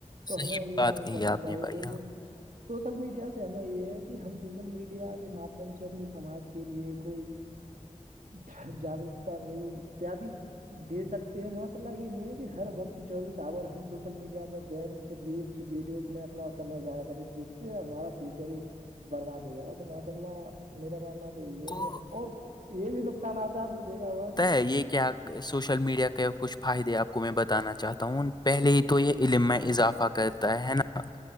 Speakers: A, on the right; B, on the left.
A: تو
B: صحیح
A: ہمیں یہ
B: بات
A: نہیں
B: کہی
A: کرنا
B: آپ
A: چاہیے
B: نے بھائی
A: دیکھو
B: ہاں
A: سوشل میڈیا سے ہمیں یہ ہے کہ ہم سوشل میڈیا کے مادھیم سے اپنے سماج کے لیے کوئی جاگگرکتا نہیں اتیاد دے سکتے ہیں ماشاء اللہ یہ نہیں ہے کہ ہر وقت چوبیس آور ہم سوشل میڈیا پر گیمس ریلس ویڈیوز میں اپنا سمے جایا کر جس سے ہمارا فیوچر ہی برباد ہو جائے گا تو ماشاء اللہ میرا ماننا
B: تو
A: اور یہ بھی نقصانات ہے آپ نے دیکھا ہوگا کہ
B: کہاہیے کیا سوشل میڈیا کے کچھ فائدے آپ کو میں بتانا چاہتا ہوں پہلے ہی تو یہ
A: جی
B: علم میں اضافہ کرتا ہے نا